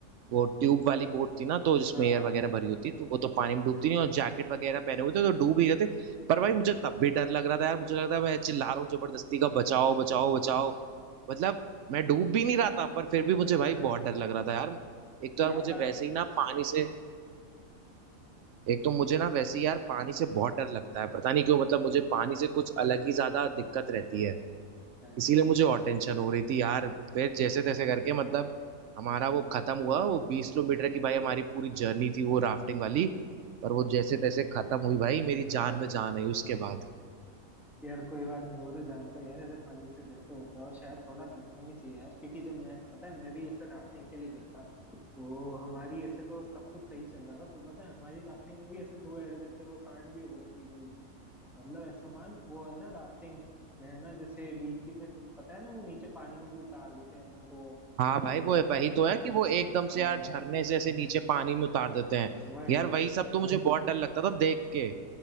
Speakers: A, on the right (about 65°); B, in the centre.
A: वो ट्यूब वाली बोट थी ना तो जिसमें
B: हाँ
A: एयर वगैरह भरी होती है तो वो तो पानी में डूबती नहीं और जैकेट वगैरह पहने हुए थे तो डूब ही गए थे पर भाई मुझे तब भी डर लग रहा था यार मुझे लग रहा था मैं चिल्ला रहा हूँ जबरदस्ती का बचाओ बचाओ बचाओ मतलब मैं डूब भी नहीं रहा था पर फिर भी मुझे भाई
B: हाँ।
A: बहुत डर लग रहा था यार एक तो
B: यहाँ
A: यार मुझे
B: पर
A: वैसे ही ना पानी से एक तो मुझे ना वैसे ही यार पानी से बहुत डर लगता है पता नहीं क्यों मतलब मुझे पानी से कुछ अलग ही ज्यादा दिक्कत रहती है
B: अरे
A: इसीलिए मुझे
B: हाँ
A: और टेंशन हो रही थी यार फिर जैसे तैसे करके मतलब हमारा वो खत्म हुआ वो बीस किलोमीटर की भाई हमारी पूरी जर्नी थी वो राफ्टिंग वाली पर वो जैसे तैसे खत्म हुई भाई मेरी
B: हाँ,
A: जान में जान आई उसके बाद
B: यार कोई बात नहीं वो तो जानता है यार ऐसे पानी से डर तो होता है और शायद थोड़ा डरना भी चाहिए यार क्योंकि जब मैं पता है मैं भी ऐसे राफ्टिंग के लिए गया था तो हमारी ऐसे तो सब कुछ सही चल रहा था पर पता है हमारी राफ्टिंग में भी ऐसे दो एडवेंचर और कांड भी हो गए थे बीच बीच में मतलब ऐसा मान वो है ना राफ्टिंग में है ना जैसे बीच बीच में तो पता है ना वो नीचे पानी में भी उतार देते हैं अपन को कि
A: हाँ
B: थोड़ा
A: भाई
B: देर
A: वो
B: पानी
A: वही तो है कि वो एकदम
B: हाँ
A: से यार झरने से ऐसे नीचे पानी में उतार देते हैं
B: वही
A: यार वही सब तो मुझे बहुत डर लगता था देख के